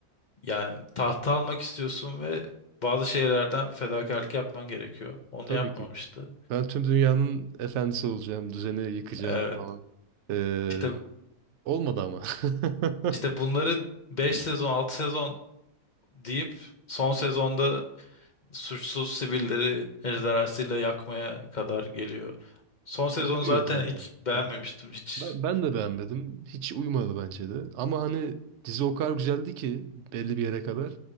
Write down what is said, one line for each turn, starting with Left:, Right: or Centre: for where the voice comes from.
Left: Yani tahta almak istiyorsun ve bazı şeylerden fedakarlık yapman gerekiyor. Onu
Right: Tabii
Left: yapmamıştı.
Right: ki. Ben tüm dünyanın efendisi olacağım, düzeni yıkacağım
Left: Evet.
Right: falan. Ee,
Left: İşte,
Right: Olmadı ama. <laughs>
Left: işte bunları 5 sezon, 6 sezon deyip son sezonda suçsuz sivilleri ejderhasıyla yakmaya kadar geliyor. Son sezonu
Right: Ediliyor
Left: zaten
Right: zaten.
Left: hiç beğenmemiştim
Right: Hı.
Left: hiç.
Right: Ben, ben de beğenmedim. Hiç uymadı bence de. Ama hani dizi o kadar güzeldi ki belli bir yere kadar.